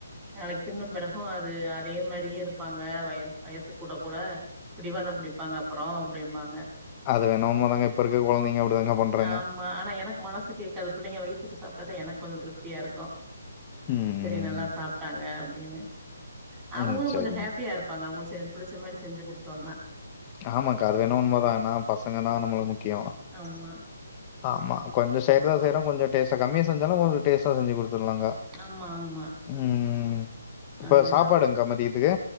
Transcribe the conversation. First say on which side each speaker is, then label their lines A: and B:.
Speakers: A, on the right; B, on the left.
A: நாளைக்கு பின்னு பெறகு அது அதே மாரியே இருப் பாங்க வய வயசு கூட கூட பிடிவாதம் பிடிப் பாங்க அப்பறோ அப்டிம்பாங்க
B: அது வேணா உண்மதாங்க. இப்ப இருக்க குழந்தைங்க அப்டிதாங்க பண்றாங்க.
A: ஆம் மா ஆனா எனக்கு மனசு கேக்காது பிள்ளைங்க வயித்துக்கு சாப்டா தா எனக்கு கொஞ்சோ திருப்தியா இருக்கு
B: ம்.
A: சேரி நல்லா சாப்டாங்க அப்டின்னு அவுங்களு
B: ம். சரிங்க.
A: கொஞ்சோ ஹேப்பியா இருப் ப்பாங்க அவுங்களுக்கு செ பிடிச்ச மாரி செஞ்சு குடுத்தோனா
B: ஆமாங்க்கா அது வேணு உண்மதா ஏனா பசங்கனா நம்மளுக்கு முக்கியோ
A: அம்மா
B: ஆமா கொஞ்சோ செய்றது தா செய்றோ கொஞ்ச டேஸ்ட்ட கம்மியா செஞ்சாலு ஒரு டேஸ்ட்டா செஞ்சு குடுத் தெர்லாங்கா
A: ஆமா ஆமா
B: ம் இப்ப
A: அதனால
B: சாப்பாடுங்கா மதியதுக்கு